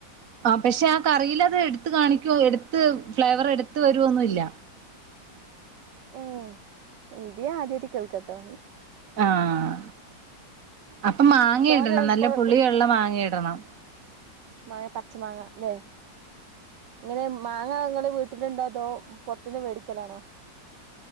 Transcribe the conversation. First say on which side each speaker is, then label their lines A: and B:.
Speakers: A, on the right (about 50°); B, on the right (about 70°).
A: ആ പക്ഷെ ആ കറിയില അത് എടു എടുത്ത് കാണിക്ക എടുത്ത് ഫ്ലേവർ എടുത്ത വരുവോന്നുംല്ല
B: ഉം ഇന്ത്യ ആദരിക്കണം കേട്ടോ
A: ആഹ അപ്പൊ മാങ്ങ
B: തോനെ
A: ഇടണം നല്ല
B: കൊറ
A: പുള്ളി ഉള്ളം മാങ്ങയിടണം
B: മാങ്ങ പച്ച മാങ്ങ അല്ലെ ഇങ്ങനെ മാങ്ങ ങ്ങള് വീട്ടിലുണ്ടോ അതോ പുറത്തുന്ന് മേടിക്കലാണോ